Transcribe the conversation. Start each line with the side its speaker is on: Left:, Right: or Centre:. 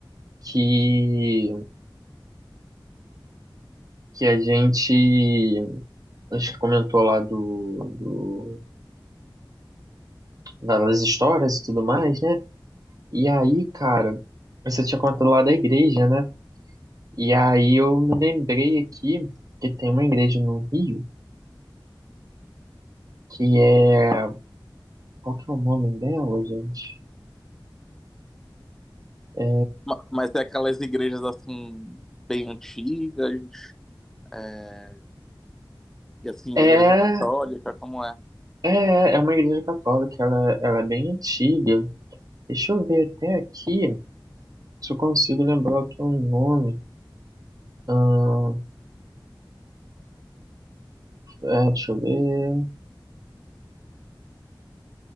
Right: que, que a gente, a gente comentou lá do, do- das histórias e tudo mais, né? E aí, cara, você tinha contado lá da igreja, né? E aí eu me lembrei aqui que tem uma igreja no Rio que é. Qual que é o nome dela, gente? É,
Centre: Ma- Mas é aquelas igrejas assim, bem antigas, é, e assim,
Right: é,
Centre: a igreja católica, como é?
Right: é, é uma igreja católica, ela, ela é bem antiga. Deixa eu ver até aqui se eu consigo lembrar o que é o nome. Ahn, é, deixa eu ver.